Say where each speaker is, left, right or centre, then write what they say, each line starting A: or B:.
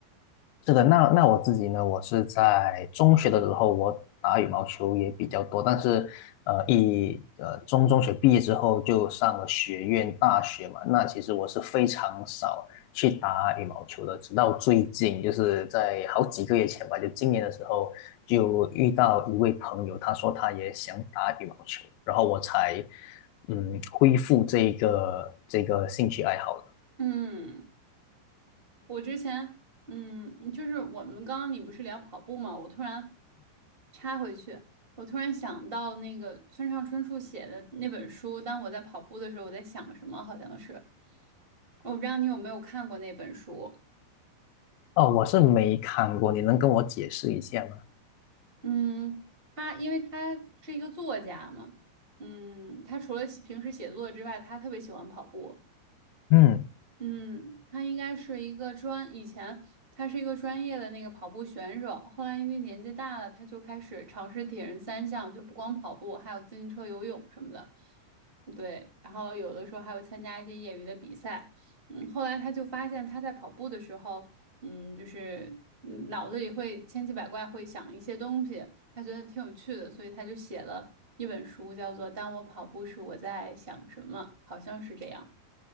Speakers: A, on the left; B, on the right.
A: 是的，那那我自己呢，我是在中学的时候，我打羽毛球也比较多，但是，呃，一呃中中学毕业之后就上了学院大学嘛，那其实我是非常少去打羽毛球的，直到最近，就是在好几个月前吧，就今年的时候，就遇到一位朋友，他说他也想打羽毛球，然后我才嗯恢复这个这个兴趣爱好的。
B: 嗯，我之前嗯就是我们刚刚你不是聊跑步嘛，我突然插回去，我突然想到那个村上春树写的那本书，当我在跑步的时候，我在想什么，好像是。我不知道你有没有看过那本书，
A: 哦，我是没看过，你能跟我解释一下吗？
B: 嗯，他因为他是一个作家嘛，嗯，他除了写平时写作之外，他特别喜欢跑步。
A: 嗯。
B: 嗯，他应该是一个专，以前他是一个专业的那个跑步选手，后来因为年纪大了，他就开始尝试铁人三项，就不光跑步，还有自行车、游泳什么的。对，然后有的时候还会参加一些业余的比赛，嗯，后来他就发现他在跑步的时候，嗯，就是嗯脑子里会千奇百怪，会想一些东西，他觉得挺有趣的，所以他就写了一本书，叫做《当我跑步时我在想什么》，好像是这样。